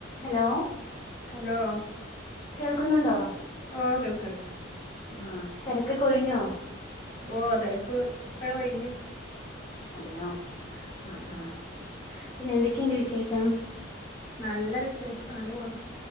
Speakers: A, on the left; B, on the left.
A: ഹലോ
B: ഹലൊ ഹലോ
A: കേൾക്കുന്നുണ്ടോ
B: ഓ കേൾക്ണ്ട്
A: ആഹ് തെരക്കൊക്കെ ഒഴിഞ്ഞോ
B: ഓ തെരക്ക് ഇപ്പ ഒഴിഞ്ഞ്
A: അതെയോ ആഹ് പിന്നെ എന്തക്കെണ്ട് വിശേഷം
B: നല്ല വിശേഷം അങ്ങനെ പോണ്